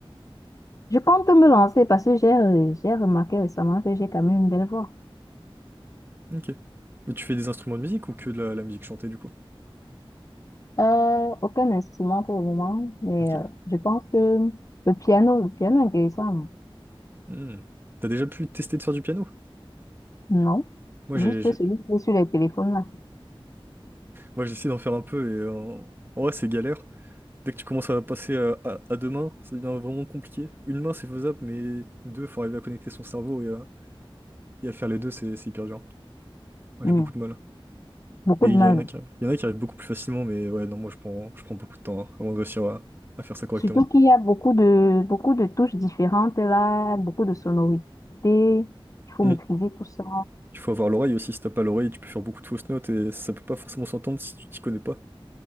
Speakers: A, on the left (about 35°); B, on the right (about 25°).
A: Je compte me lancer parce que j'ai euh, j'ai remarqué récemment que j'ai quand même une belle voix.
B: Ok. Mais tu fais des instruments de musique ou que de la, la musique chantée du coup?
A: Euh, aucun instrument pour le moment, mais
B: Ok.
A: euh, je pense que le piano, le piano est intéressant,
B: Hmm. T'as déjà pu tester de faire du piano?
A: non?
B: Moi,
A: Juste
B: j'ai, j'ai-
A: celui qui est sur les téléphones là.
B: moi, j'essaie d'en faire un peu et euh, en en vrai, c'est galère. Dès que tu commences à passer à, à- à deux mains, ça devient vraiment compliqué. Une main, c'est faisable, mais deux, faut arriver à connecter son cerveau et à, et à faire les deux, c'est c'est hyper dur. Moi,
A: Hmm.
B: j'ai beaucoup de mal.
A: Beaucoup
B: Mais
A: de
B: il
A: mal.
B: y en a qui, il y en a qui arrivent beaucoup plus facilement, mais ouais, non, moi, je prends, je prends beaucoup de temps hein, avant de réussir à, à faire ça correctement.
A: Surtout qu'il y a beaucoup de, beaucoup de touches différentes là, beaucoup de sonorités. Il faut
B: Mm.
A: maîtriser tout ça.
B: Il faut avoir l'oreille aussi. Si t'as pas l'oreille, tu peux faire beaucoup de fausses notes et ça peut pas forcément s'entendre si tu t'y connais pas.